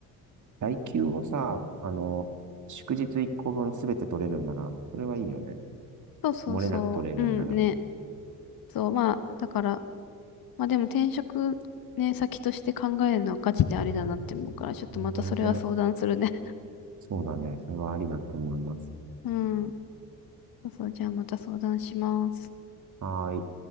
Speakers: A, on the right; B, on the left.
A: 代休をさ、あの、祝日1個分すべて取れるんなら、それはいいよね。
B: そうそうそう。
A: 漏れなく取れるんなら。
B: うんね。そう、まあ、だから、まあでも転職ね、先として考えるのはガチであれだなって思うから、ちょっとまたそれは相談するね。
A: ね全然、そうだね。それはありだと思います。
B: <laughs> うん。そうそう、じゃあまた相談します。
A: はーい。